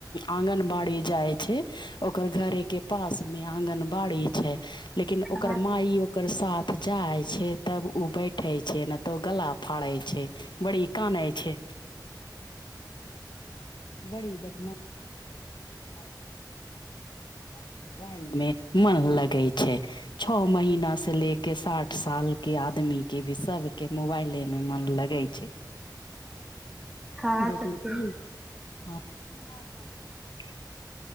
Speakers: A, on the left; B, in the centre.
A: आंगनबाड़ी जाइ छै ओकर घरेके पास मे आगन बाड़ी छै लेकिन ओकर
B: हँ
A: माय ई ओकर साथ जाइ छै तब उ बैठे छै ने तो गला फाड़े छै बड़ी कानै छै बड़ी बदमाश छै व मे मन लगे छै छै छओ महिना से ले के साठ साल के आदमी के भी सब के मोबाइले मे मन लगै छै
B: हाँ
A: लेकिन
B: सचे
A: ई हँ ई न ज